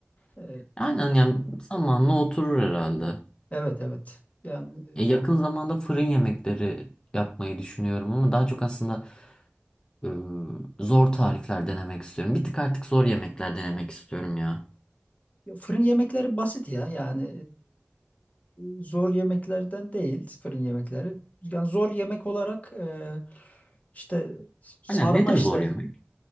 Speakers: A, on the left; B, on the left.
A: E,
B: Aynen yani zamanla oturur herhalde.
A: evet evet. Yani
B: Ya
A: e,
B: yakın zamanda fırın yemekleri yapmayı düşünüyorum ama daha çok aslında e, zor tarifler denemek istiyorum. Bir tık artık zor yemekler denemek istiyorum ya.
A: ya fırın yemekleri basit ya. Yani e, zor yemeklerden değil fırın yemekleri. Yani zor yemek olarak e, işte sarma
B: Aynen nedir
A: işte.
B: zor yemek?